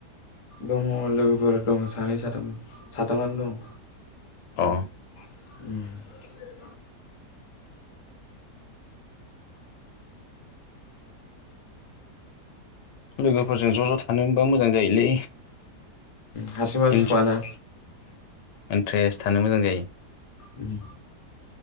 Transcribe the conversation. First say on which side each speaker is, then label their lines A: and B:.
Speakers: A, on the left; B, on the left.
A: दङ लोगोफोर दङ सानै साथाम साथामानो दं।
B: अ
A: <inaudible>
B: लोगोफोरजों ज' ज' थानो मोनबा मोजां जायोलै।
A: हारसिंबाबो
B: उम
A: सुखुवाना।
B: इन्ट्रेस्ट थानो मोजां जायो।
A: ओम